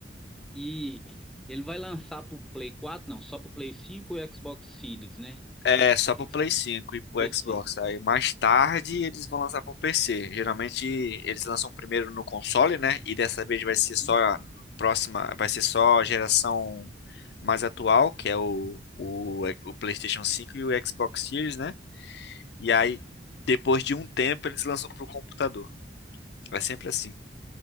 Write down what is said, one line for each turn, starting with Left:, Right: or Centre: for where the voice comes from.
Centre: E ele vai lançar pro Play 4, não, só pro Play 5 e Xbox Series, né?
Left: É, só
Centre: Que,
Left: pro Play 5 e pro
Centre: PC.
Left: Xbox. Aí mais tarde eles vão lançar pro PC. Geralmente eles lançam primeiro no console, né? E dessa vez vai ser
Centre: Uhum,
Left: só a próxima, vai ser só a geração mais atual, que é o, o, o PlayStation 5 e o Xbox Series, né? E
Centre: isso.
Left: aí depois de um tempo eles lançam pro computador. É sempre assim.